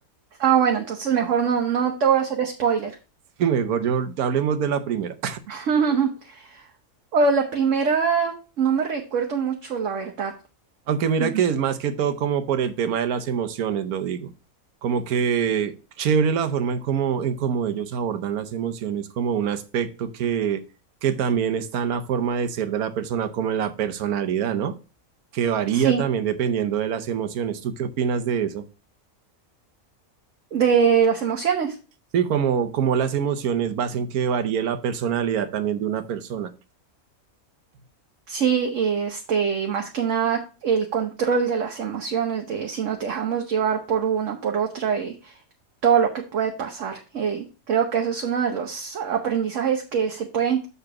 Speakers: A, on the right; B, on the right.
A: ah, bueno, entonces mejor no, no te voy a hacer spoiler.
B: Mejor yo hablemos de la primera.
A: <laughs> O la primera, no me recuerdo mucho, la verdad.
B: Aunque mira
A: Mm,
B: que es más que todo como por el tema de las emociones, lo digo. Como que chévere la forma en cómo, en cómo ellos abordan las emociones como un aspecto que, que también está en la forma de ser de la persona, como en la personalidad, ¿no? Que varía
A: Sí,
B: también dependiendo de las emociones. ¿Tú qué opinas de eso?
A: de las emociones.
B: Sí, como, como las emociones hacen que varíe la personalidad también de una persona.
A: Sí, este, y más que nada el control de las emociones, de si nos dejamos llevar por una, por otra y todo lo que puede pasar. Eh, creo que eso es uno de los aprendizajes que se pueden